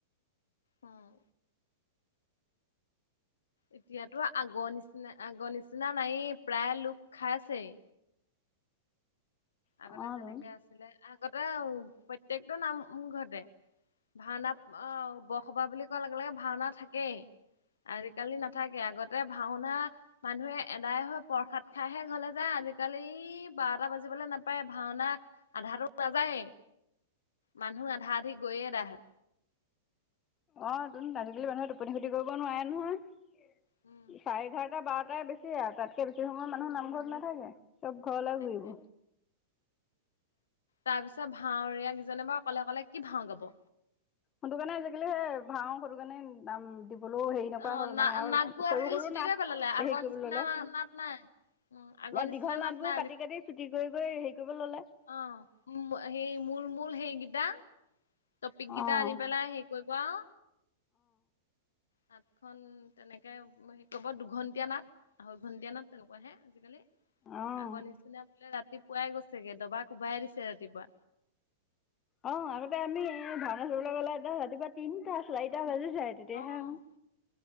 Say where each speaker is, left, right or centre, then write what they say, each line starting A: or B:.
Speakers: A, on the left (about 70°); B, on the left (about 25°).
A: উম। এতিয়াতো আগৰ নিচিনা আগৰ নিচিনা নায়েই প্ৰায় লোক খাইছেই আগতে
B: অ'
A: যেনেকে
B: তোন
A: আছিলে আগতে প্ৰত্যেকটো নামঘৰতে। ভাওনা আহ বসবাহ বুলি কোৱাৰ লগে লগে ভাওনা থাকেই। আজি কালি নাথাকে আগতে ভাওনা মানুহে এদায় হৈ প্ৰসাদ খাইহে ঘৰলে যায়। আজিকালি বাৰটা বাজিবলৈ নাপায় ভাওনা আধাটো নাযায়েই মানুহ আধা আধি গৈয়ে এদাই হয়।
B: অ তোন আজিকালি মানুহে টোপনি খতি কৰিব নোৱাৰে নহয়।
A: উম,
B: চাৰে এঘাৰটা বাৰ- তাই বেছি আৰু তা'ত কে বেছি সময়ৰ মানুহ নামঘৰত নাথাকে। চব ঘৰলৈ
A: তাকে
B: ঘূৰিব।
A: তাৰ পিছত ভাৱৰীয়াই কিজনে বাৰু অকলে অকলে কি ভাওঁ ল'ব।
B: সটো কাৰণে আজিকালি সে ভাও সটো কাৰণে নাম- দিবলৈও হেৰি নকৰা
A: অ
B: হ'ল
A: না
B: মানে আৰু
A: নাটবোৰ
B: সৰু
A: আজিকালি
B: সৰু
A: ছুটি
B: নাট
A: কৰি পেলালে আগৰ
B: হেৰি কৰিব
A: নিচিনা
B: ল'লে।
A: নাট নাই। উম, আগৰ নিচিনা
B: দীঘল নাটবোৰ
A: নাট নাই
B: কাটি-কাটি চুটি কৰি-কৰি হেৰি কৰিব ললে৷
A: অঁ হেই মূল মূল হেই দা টপিক কেইটা
B: অ'
A: আনি পেলাই হেৰি কৰিব আউ। নাটখন তেনেকে কব গ'লে দুঘন্টীয়া নাট দুঘন্টীয়া নাট তেনেকুৱাহে আজিকালি।
B: অ' অ'।
A: আগৰ নিচিনা বোলে ৰাতি- পুৱাই গৈছে গে দবা কোবাই দিছে ৰাতিপুৱা।
B: অঁ আগতে আমি ভাওনা চাবলৈ গ'লে একদম ৰাতিপুৱা তিনটা চাৰিটা বাজে যায় তেতিয়াহে
A: অ'
B: অঁ